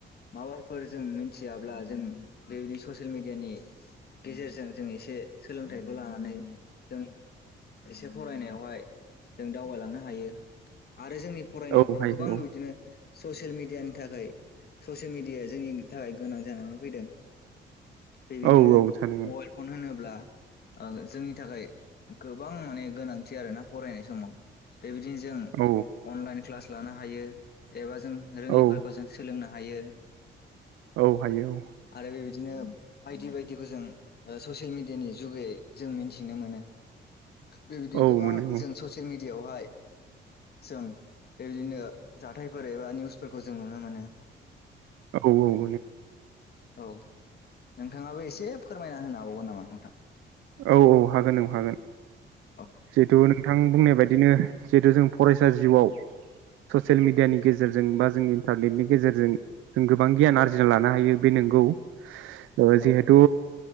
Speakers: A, on the left; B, on the right.
A: माबाफोर जों मिथियाब्ला जों बेबायदि ससियेल मेडियानि गेजेरजों जों एसे सोलोंथाइखौ लानानै जों एसे फरायनायावहाय जों दावबायलांनो हायो। आरो जोंनि फरायनायफ्राव
B: औ हायो
A: गोबां बे बिदिनो ससियेल मिडियानि थाखाय ससियेल मिडियाया जोंनि थाखाय गोनां जानानै फैदों।
B: औ
A: बेबायदिनो
B: औ औ सानो
A: मबाइल फन होनोब्ला ओं जोंनि थाखाय गोबां माने गोनांथि आरोना फरायनाय समाव बेबायदिनो जों
B: औ
A: अनलाइन क्लास लानो हायो एबा जों रोङिफोरखौ
B: औ
A: जों सोलोंनो हायो। हायो।
B: औ हायो औ
A: आरो बेबायदिनो बायदि बायदिखौ जों ओ ससियेल मिडियानि जुगै जों मिथिनो मोनो। बेबायदि
B: औ
A: गोबां
B: मोनो औ
A: जों ससियेल मिडिया यावहाय जों बेबायदिनो जाथायफोर एबा निउसफोरखौ जों नुनो मोनो।
B: औ औ
A: औ नोंथाङाबो एसे फोरमायना होन हाबावगोन नामा? नोंथां।
B: औ हागोन औ हागोन
A: औ
B: जिहेथु नोंथां बुंनाय बायदि। बिदिनो जिहेथु जों फरायसा जिउआव ससियेल मिडयानि गेजेरजों बा जोंनि इन्टारनेटनि गेजेरजों जों गोबां गियान आरजिना लानो हायो बे नंगौ। ओ
A: औ
B: जिहेतु।